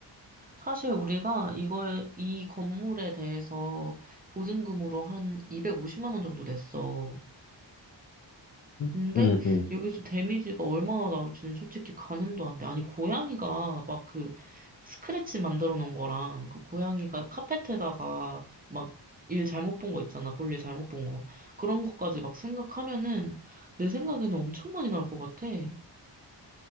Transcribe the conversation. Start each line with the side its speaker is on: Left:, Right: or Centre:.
Right: 사실 우리가 이거에, 이 건물에 대해서 보증금으로 한 250만 원 정도 냈어.
Left: 응,
Right: 근데
Left: 응. 응.
Right: 여기서 데미지가 얼마나 나올지는 솔직히 가늠도 안 돼. 아니, 고양이가 막 그 스크래치 만들어 놓은 거랑 그 고양이가 카펫에다가 막 일 잘못 본 거 있잖아. 볼일 잘못 본 거. 그런 것까지 막 생각하면은 내 생각에는 엄청 많이 나올 것 같아. 음.